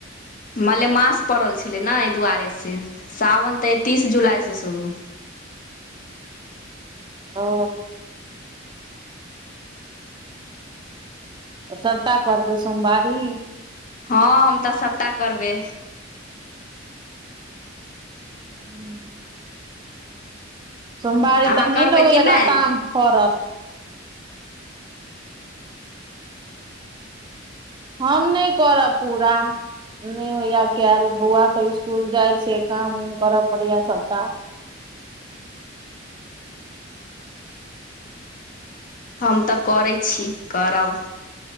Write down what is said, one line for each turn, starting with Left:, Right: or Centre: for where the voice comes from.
Left: मलेमास पड़ल छलै न एहि दुआरे से सावन तऽ तीस जुलाइसँ शुरु।
Right: ओ सभटा करबै सोमवारी।
Left: हँ हम तऽ सभटा करबै।
Right: हूँ सोमवारी
Left: अहाँ
Right: तक त
Left: करबै
Right: नहि लगैया
Left: कि नहि
Right: लताम फरत। हम नहि करब पूरा। नहि होइया कैल बौआ सब स्कुल जाइ छैय काम उम कर पड़ैया सभटा।
Left: हम तऽ करै छी करब।